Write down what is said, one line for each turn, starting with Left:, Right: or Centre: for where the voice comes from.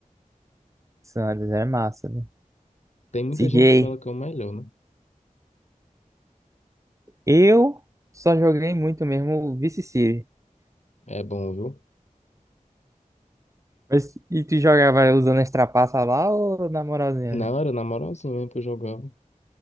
Right: San Andreas é massa, né?
Left: Tem muita
Right: CJ.
Left: gente que fala que é o melhor, né?
Right: Eu só joguei muito mesmo o Vice City.
Left: É bom, viu?
Right: Mas e tu jogava usando as trapaças lá ou na moralzinha?
Left: Na hora, na moralzinha mesmo que eu jogava.